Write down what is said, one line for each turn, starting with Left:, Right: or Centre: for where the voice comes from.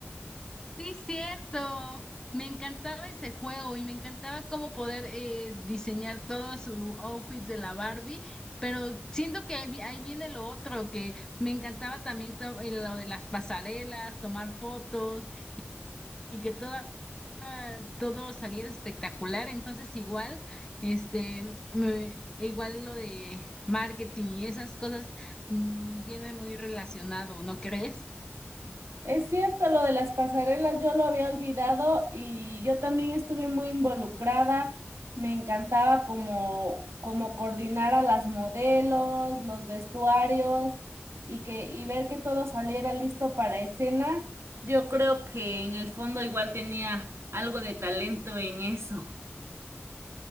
Left: Sí, cierto. Me encantaba ese juego y me encantaba cómo poder eh, diseñar todo su outfit de la Barbie, pero siento que ahí vi- ahí viene lo otro, que me encantaba también to- eh, lo de las pasarelas, tomar fotos y que toda, ah, todo saliera espectacular. Entonces igual, este, me- igual lo de marketing y esas cosas mm, viene muy relacionado, ¿no crees?
Right: Es cierto, lo de las pasarelas yo lo había olvidado y yo también estuve muy involucrada. Me encantaba como, como coordinar a las modelos, los vestuarios y que, y ver que todo saliera listo para escena. Yo creo que en el fondo igual tenía algo de talento en eso.